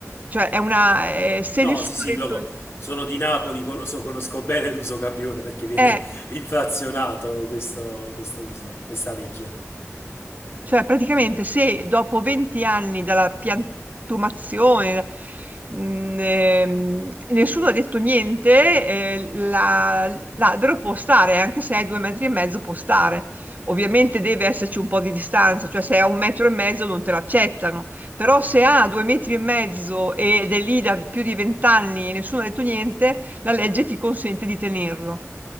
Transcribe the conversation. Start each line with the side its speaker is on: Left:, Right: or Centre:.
Right: cioè è una, eh, se
Left: No,
Right: nessuno
Left: sì, sì,
Right: ha detto,
Left: lo co- sono di Napoli, con- so- conosco bene l'uso capione perché viene
Right: eh,
Left: <laughs> inflazionato questo, questo uso, questa legge.
Right: Cioè, praticamente se dopo 20 anni dalla piantumazione mh, ehm, nessuno ha detto niente, eh, la- l'albero può stare, anche se è due metri e mezzo può stare. Ovviamente deve esserci un po' di distanza, cioè se è a un metro e mezzo non te l'accettano, però se ha due metri e mezzo ed è lì da più di vent'anni e nessuno ha detto niente, la legge ti consente di tenerlo.